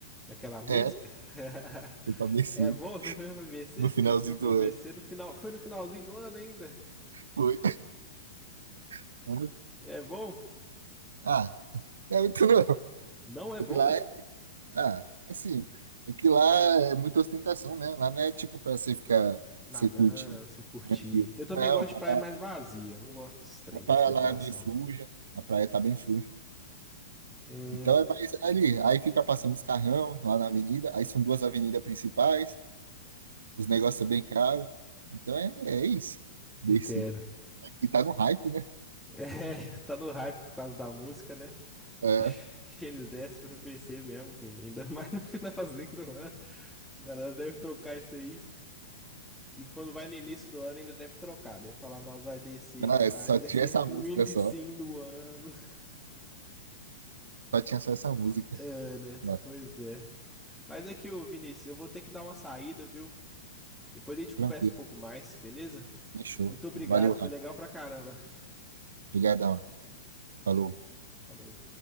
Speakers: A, in the centre; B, on the right.
A: Daquela música?
B: É,
A: <laughs>
B: fui pra Mercy
A: É bom? Você foi pra BC?
B: no finalzinho
A: Você desceu pra
B: do ano.
A: BC no final. Foi no finalzinho do ano ainda?
B: Foi. <laughs>
A: É bom?
B: Ah, não é muito não.
A: Não é bom?
B: É que lá é. Ah, assim. É que lá é muita ostentação, né? Lá não é tipo pra você ficar,
A: Nadando,
B: você curtir
A: você curtir.
B: tranquilo.
A: Eu também
B: Não,
A: gosto
B: a,
A: de praia
B: pra-
A: mais vazia. Eu não gosto desse trem
B: a praia
A: de ostentação,
B: lá é meio suja,
A: não.
B: a praia tá bem suja.
A: Hum,
B: Então é mais ali. Aí fica passando os carrão lá na avenida. Aí são duas avenidas principais. os negócios é bem caro. Então é, é isso. Desse.
A: entendo. <laughs>
B: Aqui tá no hype, né?
A: É, tá no hype por causa da música, né?
B: É,
A: <laughs> Que eles descem pro BC mesmo, filho. Ainda mais no <laughs> finalzinho do ano. A galera deve tocar isso aí. E quando vai no início do ano, ainda deve trocar. Deve falar, nós vai descer,
B: não, é,
A: vai
B: só
A: descer
B: tinha essa
A: <laughs> no
B: música
A: inicinho
B: só.
A: do ano. <laughs>
B: Só tinha só essa música.
A: É, né?
B: Mas,
A: Pois é. Mas aqui, ô Vinícius, eu vou ter que dar uma saída, viu? Depois a gente
B: tranquilo.
A: conversa um pouco mais, beleza?
B: Fechou.
A: Muito obrigado,
B: Valeu,
A: foi
B: Rafa.
A: legal pra caramba.
B: Obrigadão. Falou.
A: Falou.